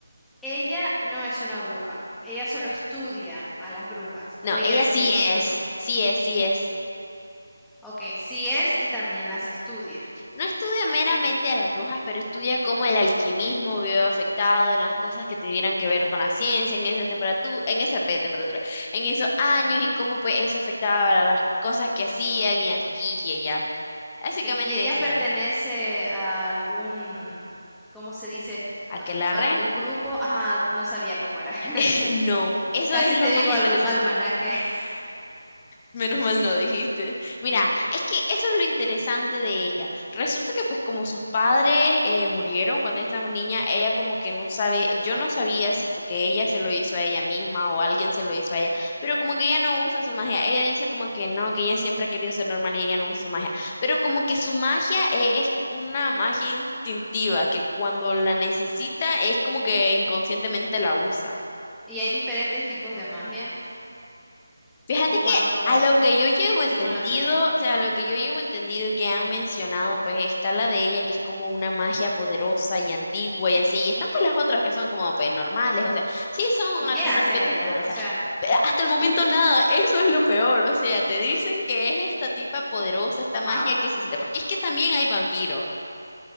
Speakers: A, in the centre; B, on the left.
A: Ella no es una bruja. Ella solo estudia a las brujas. O
B: No,
A: ella
B: ella
A: sí
B: sí
A: es una
B: es,
A: bruja.
B: sí es, sí es.
A: Ok, sí es y también las estudia.
B: No estudia meramente a las brujas, pero estudia cómo el alquimismo vio afectado en las cosas que tuvieran que ver con la ciencia en esa temperatura, en esa pe- temperatura, en esos años y cómo pues eso afectaba a las cosas que hacían y aquí y allá. Básicamente
A: Ok, y ella
B: eso
A: pertenece
B: es.
A: a algún, ¿cómo se dice?
B: ¿Aquelarre?
A: A a algún grupo. Ajá, no sabía cómo era.
B: <laughs>
A: <laughs>
B: No, eso
A: Casi
B: es lo
A: te digo
B: más interesante.
A: algún almanaque. <laughs>
B: Menos mal no dijiste. Mira, es que eso es lo interesante de ella. Resulta que pues como sus padres eh, murieron cuando esta niña, ella como que no sabe, yo no sabía si fue que ella se lo hizo a ella misma o alguien se lo hizo a ella, pero como que ella no usa su magia. Ella dice como que no, que ella siempre ha querido ser normal y ella no usa su magia, pero como que su magia es una magia instintiva que cuando la necesita es como que inconscientemente la usa.
A: Y hay diferentes tipos de magia.
B: Fíjate
A: ¿O
B: que
A: cuántos
B: a
A: hay?
B: lo que yo llevo entendido,
A: Según la serie.
B: o sea, a lo que yo llevo entendido y que han mencionado, pues está la de ella, que es como una magia poderosa y antigua y así, y están pues las otras que son como pues normales, o sea, sí son
A: ¿Y
B: algunas
A: qué hace
B: que otras
A: ella?
B: poderosas,
A: O sea,
B: pero hasta el momento nada, eso es lo peor, o sea, te dicen que es esta tipa poderosa, esta
A: wow.
B: magia que se siente, porque es que también hay vampiros.